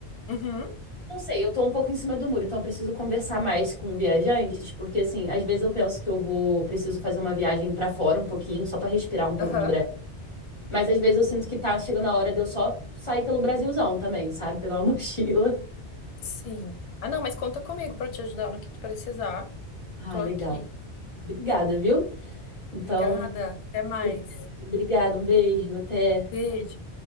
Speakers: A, on the left; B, on the left.
A: Uhum.
B: Não sei, eu tô um pouco em cima do muro, então eu preciso conversar mais com viajantes, porque, assim, às vezes eu penso que eu vou, preciso fazer uma viagem pra fora um pouquinho, só pra respirar um pouco
A: Aham.
B: do Brasil. Mas às vezes eu sinto que tá chegando a hora de eu só sair pelo Brasilzão também, sabe? Pegar uma <laughs> mochila.
A: Sim. Ah, não, mas conta comigo para te ajudar no que tu precisar.
B: Ah,
A: Tô
B: legal.
A: aqui.
B: Obrigada, viu? Então,
A: Obrigada. Até mais.
B: eu vou- obrigada, um beijo, até.
A: Beijo.